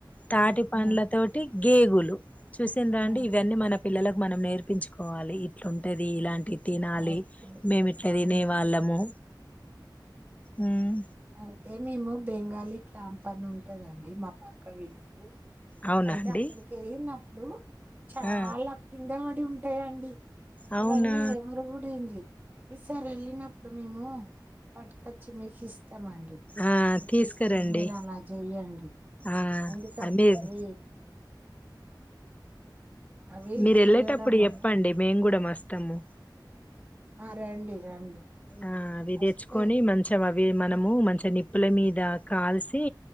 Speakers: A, on the left; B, on the right.
A: తాటి పండ్లతోటి
B: ఉమ్,
A: గేగులు చూసిన్ రండి
B: ఉమ్.
A: ఇవన్నీ మన పిల్లలకు మనం నేర్పించుకోవాలి ఇట్లుంటది ఇలాంటి తినాలి
B: అయితే
A: మేమి ఇట్లా
B: అవును
A: తినే వాళ్ళము ఉమ్,
B: అయితే మేము బెంగాలీ క్యాంప్ అని ఉంటదండి మా పక్క విలేజ్
A: అవునా
B: అయితే
A: అండి
B: అక్కడికి వెళ్ళి నా ఇప్పుడు చాల
A: ఆ
B: అక్కంద మ ఉంటు వేయండి
A: అవునా
B: అవన్నీ ఇగ <unintelligible> ఈ సారి వెళ్ళినప్పుడు మేము పట్టు కొచ్చి మీకి ఇస్త ఇస్తామండి
A: ఆ
B: మీకు
A: తీసుకురండి
B: ఇస్తే మీరు అలా చెయ్యండి
A: ఆ
B: ఎందుకంటే
A: ఆ, మీరు
B: అది అవి
A: మీరు వెళ్ళేటప్పుడు
B: చేయడం వల్ల
A: చెప్పండి మేము కూడా మ అస్తము
B: ఆ రండి రండి
A: ఆ అవి తెచ్చుకొని
B: వస్తే
A: మంచం అవి మనము మంచి నిప్పుల మీద కాల్సి